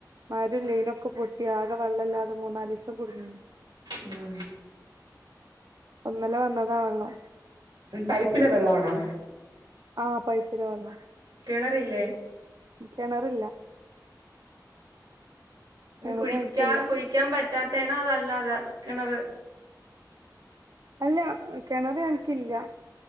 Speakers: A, on the right; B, on the right.
A: മരവും ലൈൻ ഒക്കെ പൊട്ടി ആകെ വെള്ളമില്ലാതെ മൂന്നാലു ദിവസം കുടുങ്ങി.
B: ഉം
A: ഇന്നലെ വന്നത് വെള്ളം.
B: പൈപ്പിലെ വെള്ളം ആണോ?
A: ആഹ് പൈപ്പില് വന്നു.
B: കിണർ ഇല്ലേ?
A: കിണറില്ല.
B: ഉം
A: കിണറ്
B: കുഴിക്കാൻ
A: ഞങ്ങക്കില്ല
B: കുഴിക്കാൻ പറ്റാത്തതാണോ അതോ അല്ലാതെ കിണറ്.
A: അല്ല കിണറ് ഞങ്ങൾക്കില്ല.